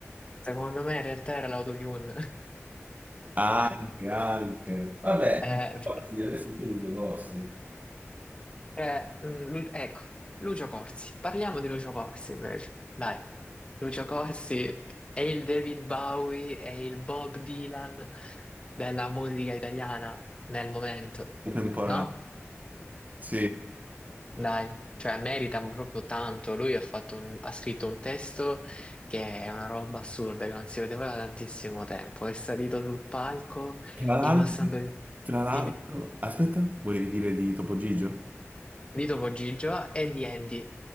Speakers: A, on the left; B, on the right.
A: Secondo me in realtà era l'autotune.
B: Anche,
A: <laughs>
B: anche. Vabbè,
A: Eh,
B: ricordi,
A: perché?
B: adesso sono due vostri.
A: Eh, mm, Lu- ecco, Lucio Corsi. Parliamo di Lucio Corsi invece. Dai, Lucio Corsi è il David Bowie, è il Bob Dylan della musica italiana nel momento,
B: Contemporanei.
A: no?
B: Sì.
A: Dai, cioè merita proprio tanto. Lui ha fatto un- ha scritto un testo che è una roba assurda, che non si vedeva da tantissimo tempo. È salito sul palco
B: Tra l'altro,
A: indossando il...
B: tra l'altro,
A: Dimmi,
B: aspetta, volevi dire di Topo Gigio?
A: di Topo Gigio e di Andy.